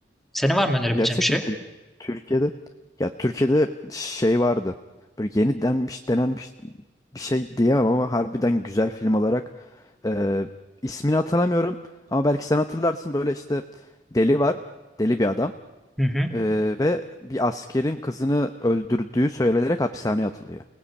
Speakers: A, in the centre; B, on the left.
A: Senin var mı önerebileceğim
B: Gerçekten
A: şey?
B: Türk Türkiye'de ya Türkiye'de şey vardı. Böyle yeni denmiş denenmiş bir şey diyemem ama harbiden güzel film olarak e, ismini hatırlamıyorum ama belki sen hatırlarsın böyle işte deli var. Deli bir adam
A: Hı hı.
B: e, ve bir askerin kızını öldürdüğü söylenerek hapishaneye atılıyor